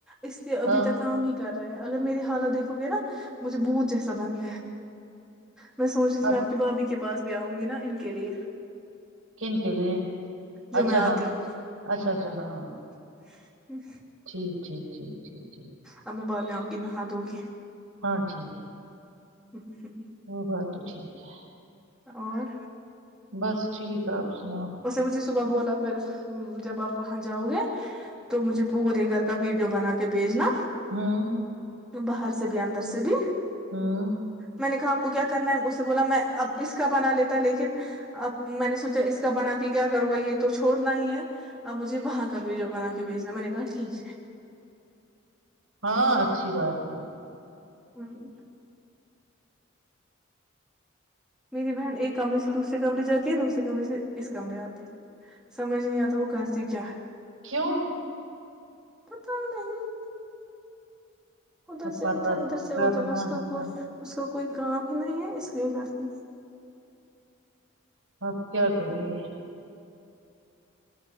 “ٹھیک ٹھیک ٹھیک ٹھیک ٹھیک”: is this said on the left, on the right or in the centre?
Right